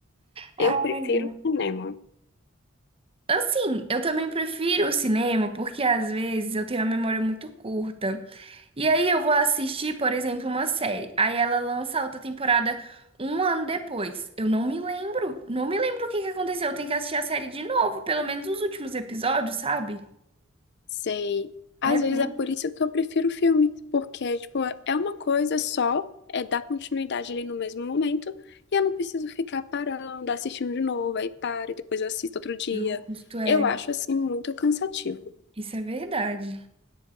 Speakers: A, on the right; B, on the left.
A: Ai,
B: Eu prefiro
A: é.
B: cinema.
A: Assim, eu também prefiro o cinema porque às vezes eu tenho a memória muito curta. E aí eu vou assistir, por exemplo, uma série. Aí ela lança a outra temporada um ano depois. Eu não me lembro. Não me lembro o que que aconteceu. Eu tenho que assistir a série de novo, pelo menos os últimos episódios, sabe?
B: Sei. Às
A: É muito
B: vezes é por isso que eu prefiro filme, porque, tipo, é uma coisa só, é dar continuidade ali no mesmo momento, e eu não preciso ficar parando, assistindo de novo, aí paro e depois eu assisto outro dia.
A: justo, é.
B: Eu acho, assim, muito cansativo.
A: Isso é verdade.